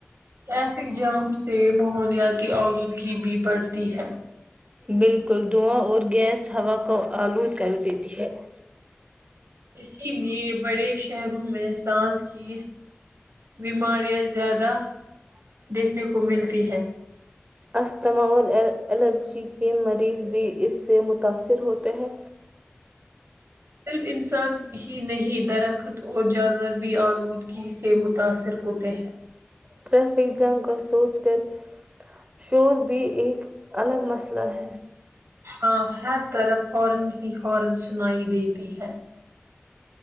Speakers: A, on the right; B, on the right.
A: ٹریفک جام سے ماحولیاتی آلودگی بھی بڑھتی ہے
B: بالکل دواں اور گیس ہوا کو آلود کر دیتی ہے
A: اس کے لیے بڑے شہروں میں سانس کی بیماریاں زیادہ دیکھنے کو ملتی ہے
B: اسجتھماول الرجی کے مریض بھی اس سے متاثر ہوتے ہیں
A: صرف انسان ہی نہیں درخت اور جانور بھی آلودگی سے متاثر ہوتے ہیں
B: ٹریفک جام کا سوچ کر شور بھی ایک الگ مسئلہ ہے
A: ہاں ہر طرف ہارن ہی ہارن سنائی دیتی ہے